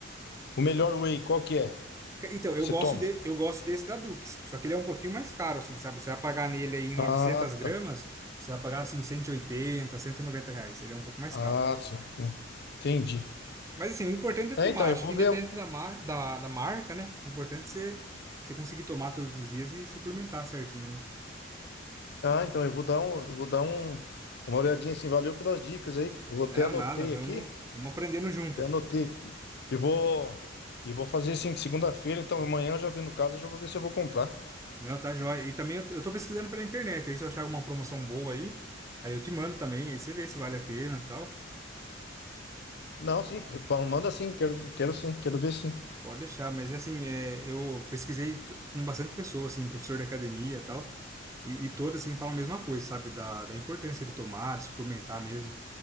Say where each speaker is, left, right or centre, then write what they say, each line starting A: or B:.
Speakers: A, on the left; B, on the right.
A: O melhor whey, qual que é?
B: Ca- Então, eu
A: que Você
B: gosto,
A: toma?
B: de, eu gosto desse da Dux, só que ele é um pouquinho mais caro, assim, sabe? Você vai pagar nele aí em 900
A: Ah,
B: gramas,
A: tá.
B: você vai pagar, assim, 180, 190 reais. Ele é um pouco mais
A: Ah,
B: caro.
A: sim. Entendi.
B: Mas, assim, o importante é tomar.
A: É, então, eu
B: Acho
A: vou
B: que independente
A: ver.
B: da, mar, da, da marca, né? O importante é você, você conseguir tomar todos os dias e suplementar certinho, né?
A: Ah, então, eu vou dar um, eu vou dar um, uma olhadinha assim. Valeu pelas dicas aí. Eu vou até
B: É,
A: anotei
B: nada, vamos,
A: aqui.
B: vamos aprendendo junto.
A: Eu anotei aqui. E vou, e vou fazer sim, segunda-feira, então amanhã eu já vi no caso, eu já vou ver se eu vou comprar.
B: Não, tá joia. E também eu, eu tô pesquisando pela internet, aí se eu achar alguma promoção boa aí, aí eu te mando também, aí você vê se vale a pena e tal.
A: Não, sim, pa- manda sim, quero, quero sim, quero ver sim.
B: Pode deixar, mas assim, é, eu pesquisei com bastante pessoa, assim, professor de academia e tal, e, e todas, assim, falam a mesma coisa, sabe? Da, da importância de tomar, de suplementar mesmo.